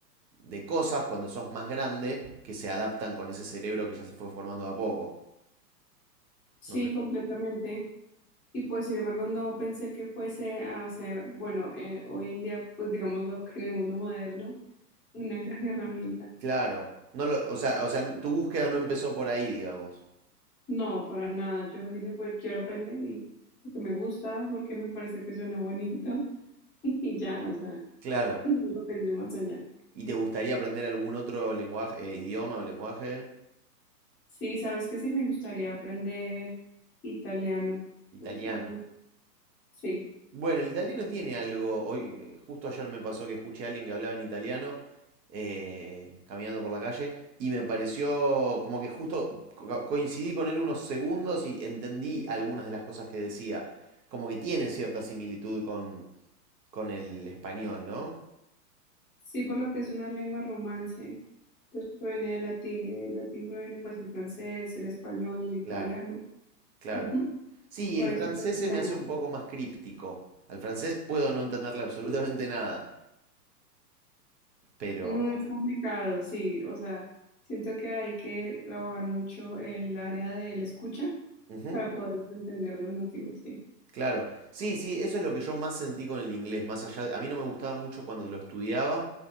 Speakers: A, on the right; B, in the centre.
A: de cosas cuando sos más grande que se adaptan con ese cerebro que ya se fue formando a poco.
B: Sí,
A: No sé.
B: completamente. Y pues, sin embargo, no pensé que fuese a ser, bueno, eh, hoy en día, pues digámoslo que en el mundo moderno, una gran herramienta.
A: Claro. No lo, o sea, o sea, tu búsqueda no empezó por ahí, digamos.
B: No, para nada. Yo dije, pues quiero aprender y porque me gusta, porque me parece que suena bonito <laughs> y ya, o sea,
A: Claro.
B: <laughs> no lo pensé más allá.
A: ¿Y te gustaría aprender algún otro lenguaje, eh, idioma o lenguaje?
B: Sí, sabes que sí, me gustaría aprender italiano.
A: Italiano.
B: Me gusta mucho. Sí,
A: Bueno, el italiano tiene algo. Hoy, eh, justo ayer me pasó que escuché a alguien que hablaba en italiano eh, caminando por la calle y me pareció como que justo co- coincidí con él unos segundos y entendí algunas de las cosas que decía. Como que tiene cierta similitud con, con el español, ¿no?
B: sí, por lo que es una lengua romance. Entonces proviene del latín y del latín proviene pues el francés, el español, el italiano.
A: Claro. Claro.
B: Ujú.
A: Sí,
B: por
A: el
B: eso
A: francés
B: lo entendemos.
A: se me hace un poco más críptico. Al francés puedo no entenderle <laughs> absolutamente nada, pero...
B: Mm, es complicado, sí, o sea, siento que hay que trabajar mucho el área del escucha
A: Ujú,
B: para poder entender a los nativos, sí.
A: claro. Sí, sí, eso es lo que yo más sentí con el inglés, más allá de- A mí no me gustaba mucho cuando lo estudiaba,